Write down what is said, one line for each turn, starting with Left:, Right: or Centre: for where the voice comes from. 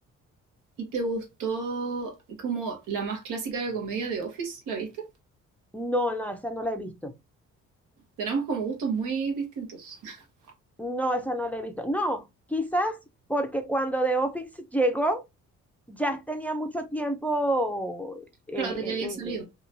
Right: ¿Y te gustó como la más clásica de comedia de Office? ¿La viste?
Centre: No, no, esa no la he visto.
Right: Tenemos como gustos muy distintos. <laughs>
Centre: No, esa no la he visto. No, quizás porque cuando The Office llegó, ya tenía mucho tiempo, eh,
Right: Claro, de que había
Centre: eh,
Right: salido.
Centre: eh,